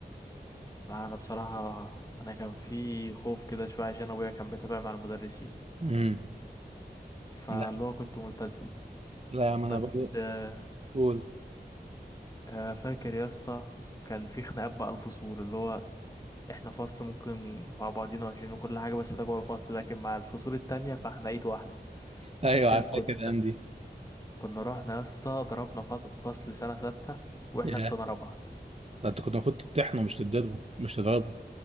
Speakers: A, on the left; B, on the right.
A: لا انا بصراحه انا كان في خوف كده شويه عشان ابويا كان متابع مع المدرسين
B: امم
A: فاللي
B: لا
A: هو كنت ملتزم
B: لا يا عم انا
A: بس
B: برضه
A: آه،
B: قول
A: آه، فاكر يا اسطى كان في خناقات بقى الفصول اللي هو احنا فصل ممكن مع بعضينا وحشين وكل حاجه بس ده جوه الفصل لكن مع الفصول التانية فاحنا ايد واحده
B: ايوه
A: فاكر
B: عارف
A: كنا
B: فاكر الايام دي
A: كنا رحنا يا اسطى ضربنا فط- فصل سنه سته واحنا
B: يا ده
A: في سنه رابعه
B: انت كنت المفروض تطحنه مش تضربه مش تضربه